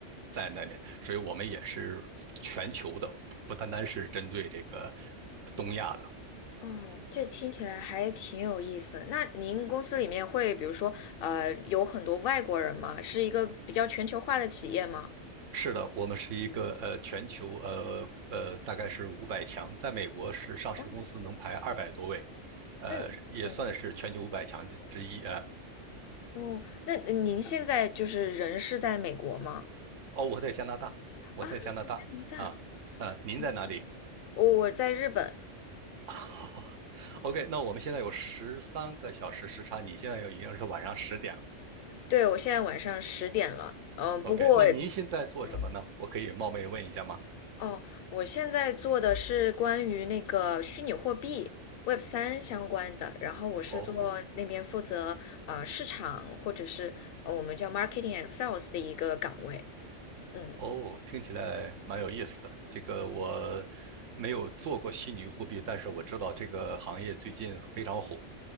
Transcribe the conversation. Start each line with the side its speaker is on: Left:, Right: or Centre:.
Right: 在那面，所以我们也是全球的，不单单是针对这个东亚的。
Left: 哦，这听起来还挺有意思。那您公司里面会比如说呃有很多外国人吗？是一个比较全球化的企业吗？
Right: 是的，我们是一个呃全球呃呃大概是五百强，在美国是上市公司能排二百多位，
Left: 哦，
Right: 呃也算是全球五百强之之一啊。
Left: 那哦哦，那您现在就是人是在美国吗？
Right: 哦，我在加拿大，我在加拿大啊，
Left: 啊，加拿大，
Right: 呃，您在哪里
Left: 嗯，我我在日本。
Right: <laughs>？OK，那我们现在有十三个小时时差，你现在有已经是晚上十点了。
Left: 对，我现在晚上十点了，嗯，
Right: OK，
Left: 不过，
Right: 那您现在做什么呢？
Left: 嗯
Right: 我可以冒昧问一下吗？
Left: 哦，我现在做的是关于那个虚拟货币 Web 三相关的，然后我是做那边负责呃市场或者是呃我们叫
Right: 哦
Left: marketing and sales 的一个岗位，嗯，
Right: 哦，听起来蛮有意思的。这个我没有做过虚拟货币，但是我知道这个行业最近非常火。